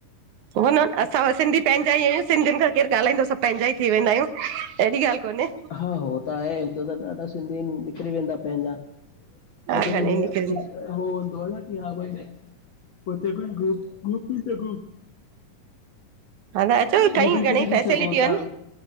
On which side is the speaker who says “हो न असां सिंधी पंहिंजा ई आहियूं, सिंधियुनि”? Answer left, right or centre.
Right